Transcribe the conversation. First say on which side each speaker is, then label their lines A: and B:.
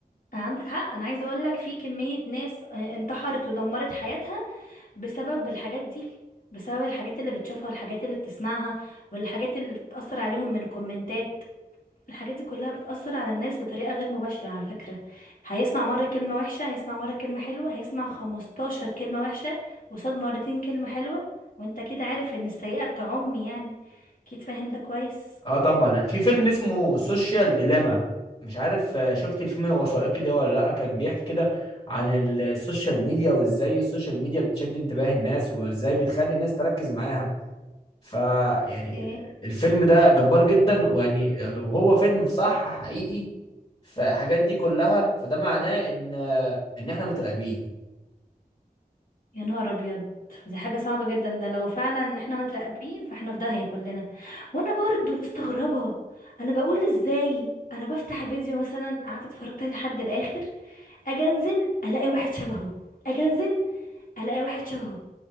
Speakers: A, on the left; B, on the left.
A: عندك حق انا عايزة اقولك في كمية ناس آه، انتحرت ودمرت حياتها بسبب الحاجات دي بسبب الحاجات اللي بتشوفها والحاجات اللي بتسمعها والحاجات اللي بتأثر عليهم من كومنتات الحاجات دي كلها بتأثر على الناس بطريقة غير مباشرة على فكرة هيسمع مرة كلمة وحشة هيسمع مرة كلمة حلوة هيسمع خمستاشر كلمة وحشة وصاد مرتين كلمة حلوة وانت كده عارف ان السيئة بتعم يعني اكيد فاهم ده كويس
B: اه طبعا في فيلم اسمه سوشيال ديليما مش عارف آه، شفت الفيلم الوثائقي ده ولا لا كان بيحكي كده عن ال- السوشيال ميديا وازاي السوشيال ميديا بتشد انتباه الناس وازاي بتخلي الناس تركز معاها فيعني
A: اوكي
B: الفيلم ده جبار جدا ويعني لو هو فيلم صح حقيقي فالحاجات دي كلها فده معناه ان آه، ان احنا متراقبين
A: يا نهار ابيض دي حاجة صعبة جدا ده لو فعلا احنا متراقبين فاحنا في داهية كلنا وانا برضو مستغربة انا بقول ازاي انا بفتح فيديو مثلا قعدت اتفرجت عليه لحد الاخر اجي انزل الاقي واحد شبهه اجي انزل الاقي واحد شبهه